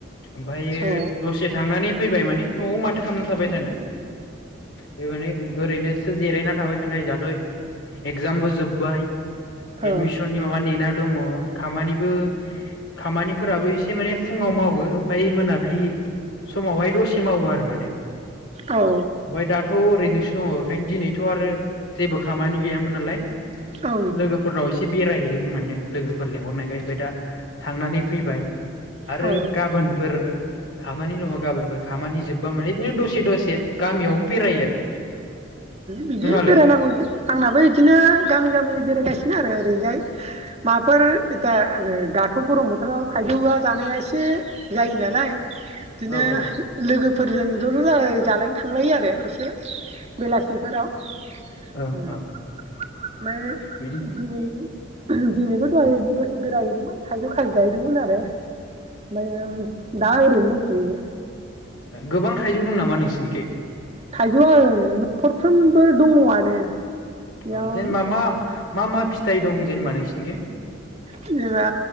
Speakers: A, on the left; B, on the right.
A: ओमफ्रायो
B: औ
A: दसे थांनानै फैबाय माने न'आव माथो खालामना थाबाय थानो। <unintelligible> ओरैनो सो जिरायना थाबाय थानाय जा <unintelligible> एगजामबो जोब्बाय एडमिसननि
B: औ
A: माबा नेना दङ खामानिबो खामानिफोराबो एसे माने फुङाव मावो ओमफाय मोनाब्लि समावहाय दसे मावो आरो माने।
B: औ
A: ओमफाय दाथ' ओरैनोसो दङ इखायनो दिनैथ' आरो जेबो खामानि गैयामोन नालाय
B: औ
A: लोगोफोरनाव एसे बेरायहै दों माने लोगोफोर लिंहरनायखाय ओमफाय दा थांनानै फैबाय। आरो
B: औ
A: गाबोनफोर खामानि दङ गाबोनफोर खामानि <unintelligible> माने बिदिनो दसे दसे गामियावबो बेरायो आरो। <unintelligible>
B: बिदि
A: नोंहालाय
B: बेरायनांगौसो। आंनाबो बिदिनो गामि -गामि बेरायगासिनो आरो ओरैजाय माबाफोर दा दाथ' गरम बोथोराव थाइजौआ जानाया एसे जायो नालाय। बिदिनो
A: ओं ओं
B: लोगो <unintelligible> ज' ज' जाजाय जालायनो थांलायो आरो एसे। बेलासिफोराव
A: ओं
B: ओमफ्राय
A: ओं बिदि
B: दिनै दिनैबो दहाय दसे बेरायहैदोंमोन थाइजौ खाजि जाहैदोंमोन आरो। ओमफ्रायो दा ओरैनो दंथ'यो
A: गोबां थाइजौ दं नामा नोंसिनिखै?
B: थाइजौआ ओं। नखरफ्रोमबो दङआनो। बेयाव
A: औ जेनबा मा मा मा फिथाइ दं जेनेबा नोंसिनिखै?
B: जेनबा